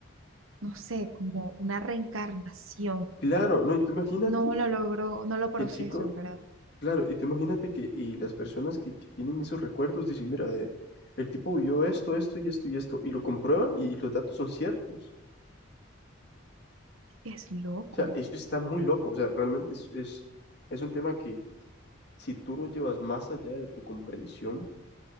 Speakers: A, on the right (about 80°); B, on the left (about 55°).
A: no sé, como una reencarnación.
B: Claro, no, y tú imagínate
A: No
B: que
A: lo logro, no lo proceso,
B: el chico
A: en verdad.
B: Claro, y tú imagínate que y las personas que, que tienen esos recuerdos dicen, mira, eh, el tipo vio esto, esto y esto y esto, y lo comprueban y, y los datos son ciertos.
A: Es loco.
B: O sea, eso está muy loco, o sea, realmente es, es, es un tema que si tú lo llevas más allá de tu comprensión,